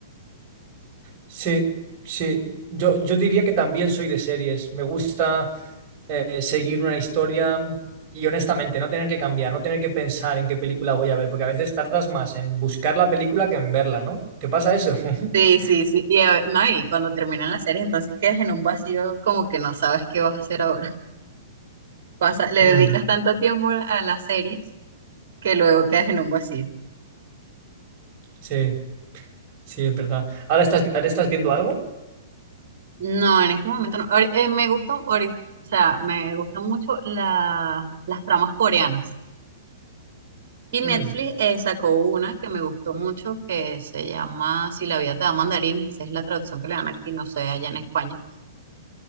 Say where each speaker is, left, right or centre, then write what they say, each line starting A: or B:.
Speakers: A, on the right (about 35°); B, on the right (about 55°).
A: Sí, sí. Yo, yo diría que también soy de series. Me gusta eh, seguir una historia y honestamente no tener que cambiar, no tener que pensar en qué película voy a ver, porque a veces tardas más en buscar la película que en verla, ¿no? ¿Qué pasa eso? <laughs>
B: Sí, sí, sí. Y, a- no, y cuando terminan las series, entonces quedas en un vacío como que no sabes qué vas a hacer ahora. <laughs> Pasa- le
A: Mm,
B: dedicas tanto tiempo a a las series que luego quedas en un vacío.
A: sí, sí, es verdad. ¿Ahora estás, ahora estás viendo algo?
B: No, en este momento no. Ahori- eh, me gusta, ahori- o sea, me gustan mucho la- las tramas coreanas. Y Netflix
A: Mm,
B: eh, sacó una que me gustó mucho que se llama Si la vida te da mandarines, esa es la traducción que le dan aquí, no sé, allá en España,